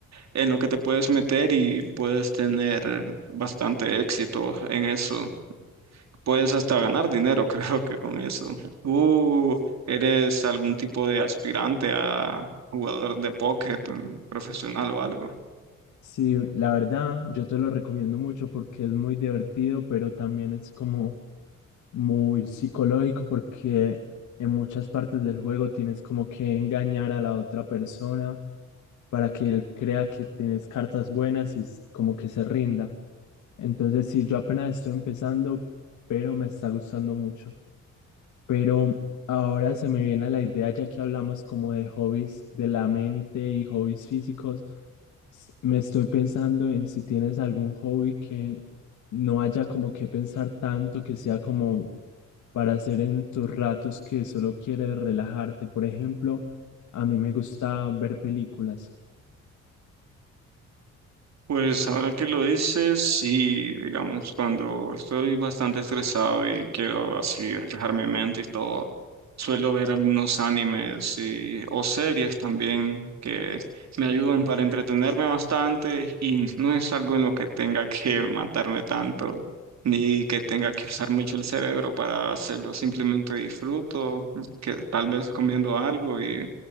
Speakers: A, on the right; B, on the left.
A: en lo que te puedes meter y puedes tener bastante éxito en eso. Puedes hasta ganar dinero, <laughs> creo que con eso. ¿Tú eres algún tipo de aspirante a jugador de póker mm, profesional o algo?
B: Sí, la verdad, yo te lo recomiendo mucho porque es muy divertido, pero también es como muy psicológico porque en muchas partes del juego tienes como que engañar a la otra persona para que él crea que tienes cartas buenas y s- como que se rinda. Entonces, sí, yo apenas estoy empezando, pero me está gustando mucho. Pero ahora se me viene la idea, ya que hablamos como de hobbies de la mente y hobbies físicos, s- me estoy pensando en si tienes algún hobby que no haya como que pensar tanto, que sea como para hacer en tus ratos que solo quieres relajarte. Por ejemplo, a mí me gusta ver películas.
A: Pues ahora que lo dices, sí, digamos, cuando estoy bastante estresado y quiero así despejar mi mente y todo, suelo ver algunos animes y, o series también que me ayudan para entretenerme bastante y no es algo en lo que tenga <laughs> que matarme tanto, ni que tenga que usar mucho el cerebro para hacerlo, simplemente disfruto, que tal vez comiendo algo y,